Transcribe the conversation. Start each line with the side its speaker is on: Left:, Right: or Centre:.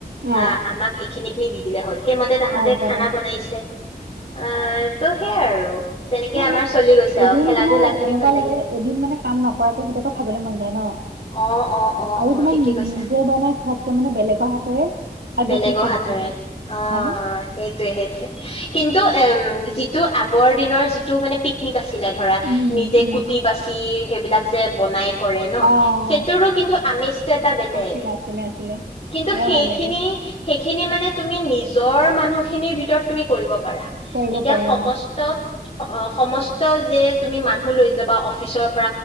Right: অ',
Left: আ-আমাক সিনিখি দি দিলে হয় সেইমতে তাহাঁতে
Right: অ', বনাই
Left: খানা বনাইছে আহ ত সেয় আৰু আৰু তেনেকে
Right: সে আাক
Left: আমাৰ চলি গৈছে
Right: এদিন
Left: খেলা
Right: তোমাৰ
Left: ধূলা খিনি
Right: এনেকুৱা
Left: ভাল
Right: লাগে
Left: লাগিলে।
Right: এদিন মানে কাম নকৰাকে কেতিয়কা খাবলৈ মন ন না
Left: অ', অ', অ',
Right: আৰু
Left: অ',
Right: তোমাক
Left: ঠিকেই কৈছা।
Right: নিজে বনাই খাত মানে বেলেগৰ হাতেৰে খাই
Left: বেলেগৰ
Right: বেছি টেষ্ট
Left: হাতৰে
Right: লাগে
Left: অ
Right: হয়নে?
Left: সেইটোোৱে সেইটোোৱে কিন্তু যিটো আগৰ দিনৰ যিটো মানে পিকনিক আছে ছিলে ধৰা
Right: উম,
Left: নিজে
Right: উম।
Left: কুটি বাচি বিলাক যে বনাই কৰে ন
Right: অ',
Left: সেইটোৰো কিন্তু আমেজটো এটা বেলেগ
Right: আছিলে, আছিলে, আছিলে
Left: কিন্তু
Right: বৰ
Left: সেই
Right: ভাল লাগে
Left: খিনিয়ে সেইিন িনি মানে তুমি নিজৰ মানুহখিনিৰ ভিতৰত তুমি কৰিব প প
Right: কৰিব
Left: এতিয়া
Right: পাৰি
Left: সমস্ত
Right: অ',
Left: অ সমস্ত যে তুমি মানুহ লৈ যাবা অফিচৰ